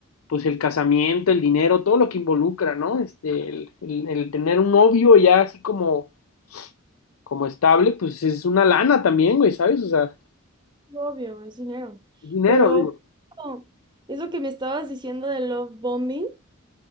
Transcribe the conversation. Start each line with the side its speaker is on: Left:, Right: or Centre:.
Left: pues el casamiento, el dinero, todo lo que involucra, ¿no? Este, el, el- el tener un novio ya así como, como estable, pues es una lana también, güey, ¿sabes? O sea,
Right: Obvio, es dinero.
Left: dinero,
Right: Pero
Left: digo.
Right: oh, eso que me estabas diciendo de love bombing,